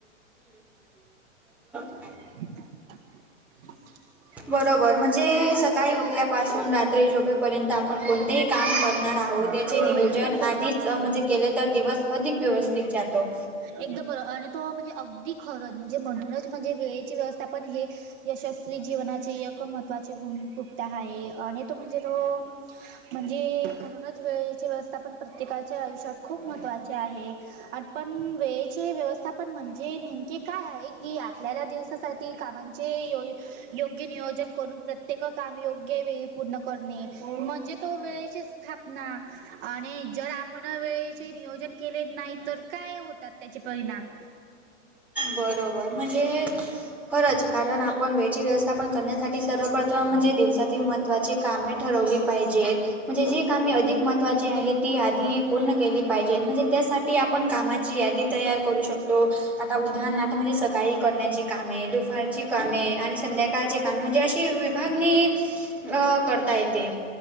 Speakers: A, in the centre; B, on the right.
A: <inaudible>
B: <unintelligible>
A: बरोबर म्हणजे, सकाळी उठल्यापासून रात त्रि झोपेपर्यंत आपण कोणतेही काम करणार
B: हो
A: आहोत त्याचे नियोजन
B: एकदम बरोबर.
A: आधीच म्हणजे केले तर दिवस अधिक व्यवस्थित जातो.
B: एकदम आणि तो म्हणजे अगदी खरंच म्हणजे म्हणूनच म्हणजे वेळेची व्यवस्था पण हे यशस्वी जीवनाचे एक महत्त्वाचे गुण गुप्ता आहे. आणि तु <unintelligible> म्हणजे म्हणूनच वेळेची व्यवस्थापण प्रत्येकाच्या आयुष्यात खूप महत्त्वाचे आहे आणि पण वेळेचे व्यवस्थापन म्हणजे नेमके काय आहे. की आपल्याला दिवसासाठी कामांचे योग्य नियोजन करून प्रत्येक काम योग्य वेळी पूर्ण करणे म्हणजे तो वेळेची स्थापना आणि जर आपण वेळेचे नियोजन केले नाही. तर काय होतात त्याचे परिणाम.?
A: बरोबर म्हणजे खरंच. कारण आपण वेळचे व्यवस्थापन करण्यासाठी सर्वप्रथम म्हणजे दिवसातील मत महत्त्वाची कामे ठरवली पाहिजेत. म्हणजे जे काम अधिक महत्त्वाची आहेत ती आधी पूर्ण केली पाहिजेत म्हणजे त्यासाठी ती आपण कामाची यादी तयार करू शकतो. आता उदाहरणार्थ, म्हणजे सकाळी करण्याची कामे दुपार ची कामे आणि संध्याकाळची कामे म्हणजे अशी विभागणी करता येते.